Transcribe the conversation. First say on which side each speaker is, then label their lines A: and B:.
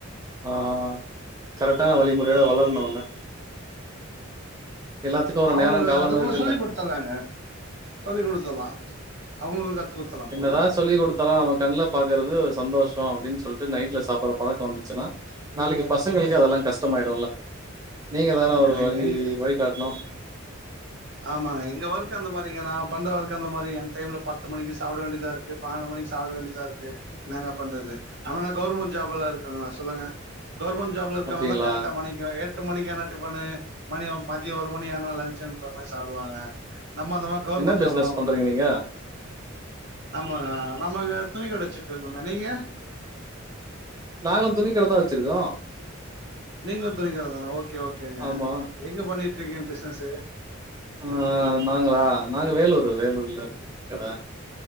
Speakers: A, on the right (about 20°); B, on the right (about 60°).
A: ஆ கரெக்டான வழிமுறையோட வளரணும்ல எல்லாத்துக்கு ஒரு
B: அவுங்க
A: நேரோ காலோன்னு
B: அதுக்குள்ள
A: இருக்குல்ல
B: சொல்லி குடு த்தலாங்க சொல்லி குடுத்தறலாம் அவங்களுக்கு கத்து குடுத்துர்லா
A: என்னதான்
B: பொறுமையா
A: சொல்லி குடுத் தலா அவ கண்ணல பாக்கறது ஒரு சந்தோஷோ அப்டின்னு சொல்லிட்டு நைட்ல சாப்பற பழக்கோ வந்துச்சுன்னா நாளைக்கு பசங்களுக்கு அதெல்லா கஷ்டமாய்டும்ல நீங்க தானே ஒரு
B: இல்லைங்க
A: வழி
B: எங்க
A: வழி காட்டணு
B: ஆமாங்க எங்க ஒர்க் அந்த மாரிங்க நா பண்ற ஒர்க் அந்த மாரி என் டைம்ல பத்து மணிக்கு சாப்ட வேண்டியதா இருக்கு பன்னெண்டு மணிக்கு சாப்ட வேண்டியதா இருக்கு என்னங்க பண்றது ஆனா நா கவுவர்மெண்ட் ஜாப்ல்லயா இருக்க சொல்லுங்க கவர்மென்ட் ஜாப்ல இருக்கவ
A: அப்டிங்களா
B: தா கரெக்டா மணி எ எட்டு மணிக்கனா டிபனு மணி மதியோ ஒரு மணி ஆனா லன்ஞ்ச் சாப்டுவாங்க நம்ம அந்த மாரி கவுவர்மெண்ட்
A: என்ன பிசினஸ்
B: ஜாப்ல்லா
A: பண்றீங்க
B: ஒண்ணு இல்லைங்க
A: நீங்க
B: நம்ம நம்ம துணி கட வெச்சிட்டு இருந்தோங்க நீங்க
A: நாங்களு துணி கட தா வெச்சிருக்கோ
B: நீங்களு துணிக்கட தானா ஓகே ஓகேங்க
A: ஆமா
B: எங்க பண்ணிட்டு இருக்கீங்க பிசினஸ்ஸு
A: ஆ நாங்களா நாங்க வேலூர் வேலூர்ல துணி கட